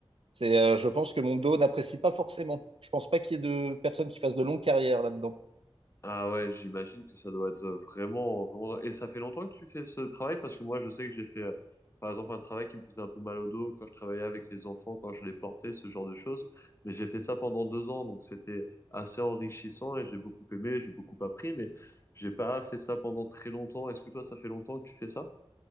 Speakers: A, on the right; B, on the left.
A: c'est, euh, je pense que mon dos n'apprécie pas forcément. Je pense pas qu'il y ait de personnes qui fassent de longues carrières là-dedans.
B: Ah ouais, j'imagine que ça doit être vraiment, vraiment. Et ça fait longtemps que tu fais ce travail parce que moi, je sais que j'ai fait, euh, par exemple, un travail qui me faisait un peu mal au dos quand je travaillais avec les enfants, quand je les portais, ce genre de choses. Mais j'ai fait ça pendant deux ans, donc c'était assez enrichissant et j'ai beaucoup aimé, j'ai beaucoup appris, mais j'ai pas fait ça pendant très longtemps. Est-ce que toi, ça fait longtemps que tu fais ça?